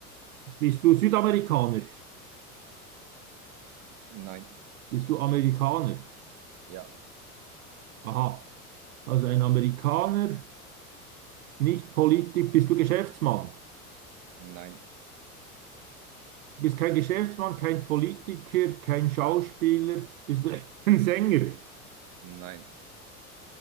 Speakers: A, on the right; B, on the right.
A: bist du Südamerikaner?
B: Nein.
A: Bist du Amerikaner?
B: Ja,
A: Aha. Also ein Amerikaner, nicht Politik. Bist du Geschäftsmann?
B: nein,
A: Du bist kein Geschäftsmann, kein Politiker, kein Schauspieler. Bist du <laughs> ein Sänger?
B: nein,